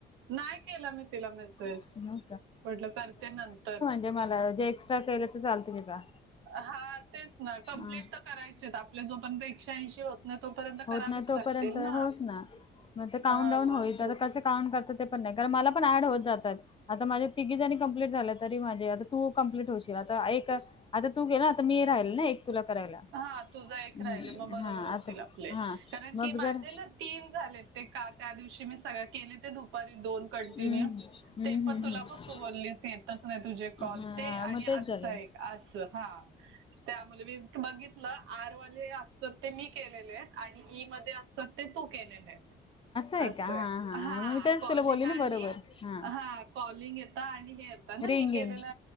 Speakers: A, on the right; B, on the left.
A: नाही केला मी तिला मेसेज
B: हो
A: म्हटलं करते नंतर.
B: जे मला जे एक्स्ट्रा केलं ते चालतील का?
A: हा तेच ना कंप्लीट
B: हा
A: तर करायचेत आपले जो पर्यंत एकशे ऐंशी होत नाही तोपर्यंत
B: होत
A: करावेच
B: नाही तोपर्यंत
A: लागतील ना
B: होच मग ते काउंट
A: हा
B: डाऊन
A: ना
B: होईल
A: तेच.
B: आता कसं काउंट करतात ते पण नाही कारण मला पण ॲड होत जातात आता माझे तिघी जणी कंप्लीट झालं तरी माझे आ तू कंप्लीट होशील आता एक आता तू गेला आता मी राहिल ना एक तुला करायला.
A: हा तुझं
B: हम्म
A: एक राहिलं मग बरोबर
B: हा
A: होतील
B: आता
A: आप ले
B: हा
A: कारण
B: मग
A: की माझे
B: जर
A: ना तीन झाले ते का त्या दिवशी मी सगळ केले ते दू पारी दोन कंटीन्यु
B: हम्म हम्म
A: ते
B: हम्म
A: पण
B: हम्म
A: तुला ब तू बोललीस येतच नाही तुझे कॉल
B: हा
A: ते आणि
B: मग
A: आजचा
B: तेच झालंय
A: एक अस हा त्या मुले बघित लं आर वाले असतात ते मी केलेले आहेत आणि ई मध्ये असतात ते तू केलेले आहेत.
B: आहे
A: असं
B: का हा हा
A: हां
B: मग मी तेच
A: कॉलिंग
B: तुला बोलली
A: आणि
B: ना बरोबर हा
A: हां कॉलिंग येतं आणि हेतं नां
B: रिंगिंग
A: मी केलेलं